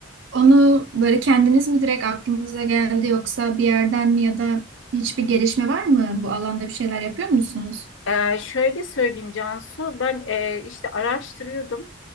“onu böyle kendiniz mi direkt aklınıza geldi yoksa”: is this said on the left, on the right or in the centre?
Right